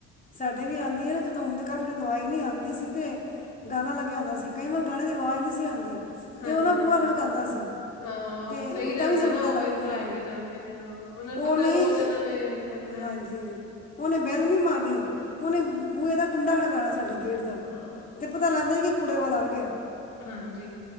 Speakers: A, on the left (about 25°); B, on the left (about 75°).
A: ਸਾਡੇ ਵੀ ਆਂਦੀ ਐ ਨਾ ਜਦੋਂ, ਹੁਣ ਤਾਂ ਕਾਫੀ ਟੈਮ ਤੋਂ ਆਈ ਨੀ, ਆਂਦੀ ਸੀ ਤੇ ਗਾਣਾ ਲੱਗਿਆ ਹੁੰਦਾ ਸੀ, ਕਈ ਵਾਰ ਗਾਣੇ ਦੀ ਆਵਾਜ਼ ਨਹੀਂ ਸੀ ਆਂਦੀ,
B: ਹਾਂਜੀ
A: ਤੇ ਉਹ ਨਾ
B: ਹਾਂਜੀ,
A: ਬੂਹਾ ਖੜਕਾਂਦਾਂ ਸੀ।
B: ਹਾਂ ਉਹ
A: ਤੇ
B: ਸਹੀ
A: ਤਾਂ
B: ਰਹਿੰਦਾ
A: ਵੀ ਸਾਨੂੰ
B: ਨਾ,
A: ਪਤਾ
B: ਉਹ
A: ਲੱਗ
B: ਫਿਰ
A: ਹਾਂ
B: ਲੈ ਕੇ ਜਾਂਦੇ ਨੇ, ਹਾਂ ਉਹਨਾਂ ਨੂੰ
A: ਉਹ
B: ਪਤਾ
A: ਨਹੀਂ
B: ਰੋਜ਼ ਇਹਨਾਂ ਨੇ ਕਰਨਾ
A: ਹਾਂਜੀ,
B: ਹੈ
A: ਉਹਨੇ ਬੈਲ ਨੀ ਮਾਰਨੀ। ਉਹਨੇ ਬੂਹੇ ਦਾ ਕੁੰਡਾ ਖੜਕਾਣਾ ਸਾਡੇ ਗੇਟ ਦਾ,
B: ਹਾਂ।
A: ਤੇ ਪਤਾ ਲੱਗਦਾ ਕਿ ਕੂੜੇ ਵਾਲਾ ਆ ਗਿਆ।
B: ਹਾਂਜੀ।